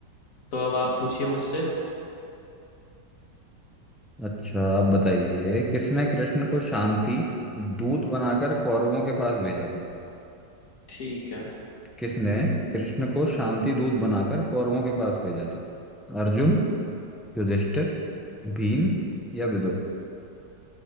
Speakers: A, on the left; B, in the centre.
A: तो अब आप पूछिए मुझसे
B: अच्छा आप बताइए किसने कृष्ण को शांति दूत बनाकर कौरवों के पास भेजा था
A: ठीक है
B: किसने कृष्ण को शांति दूत बनाकर कौरवों के पास भेजा था अर्जुन युधिष्ठिर भीम या विदुर